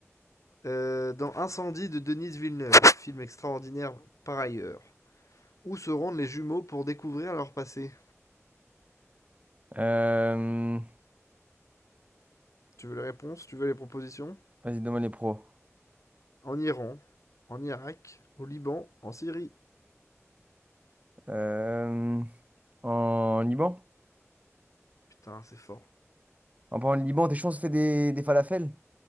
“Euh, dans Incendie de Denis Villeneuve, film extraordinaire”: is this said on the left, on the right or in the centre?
Left